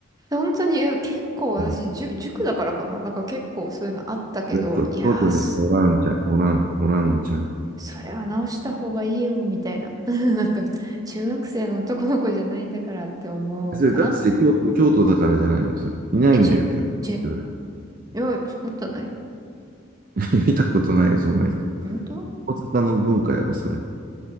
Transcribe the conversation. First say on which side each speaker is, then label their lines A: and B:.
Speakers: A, on the right; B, on the right.
A: 本当に結構私、
B: うん
A: じゅ塾だからかな。なんか結構そういうのあったけど、
B: えっと、
A: いやー、
B: 京都におらんちゃん、おらん、おらんのちゃん。
A: それは直した方がいいよ、みたいな。<laughs> なんか、中学生の男の子じゃないんだからって思うかな
B: それガチで京都、京都だからじゃないの、それ。いないんだよ、
A: え、ち、
B: 京都。
A: ち、いや、そんなことない。
B: <laughs> 見たことないよ、そんな人。
A: 本当
B: 大阪の文化やろ、それ。